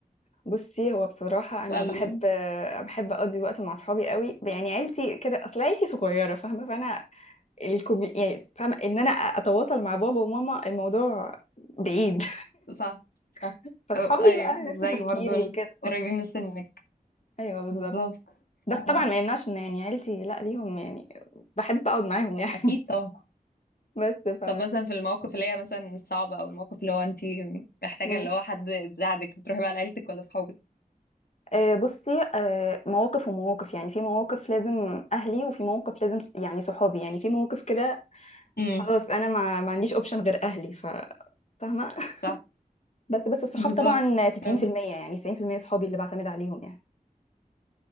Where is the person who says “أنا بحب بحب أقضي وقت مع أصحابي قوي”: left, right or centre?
Left